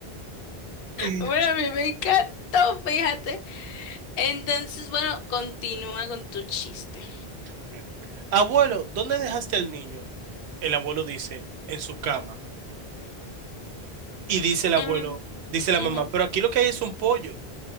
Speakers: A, on the right; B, on the left.
A: <laughs>
B: Bueno, a mí me encantó, fíjate. Entonces, bueno, continúa con tu chiste.
A: Ok. Abuelo, ¿dónde dejaste al niño? El abuelo dice, en su cama. Y dice el abuelo,
B: Mm,
A: dice la
B: ujú.
A: mamá, pero aquí lo que hay es un pollo.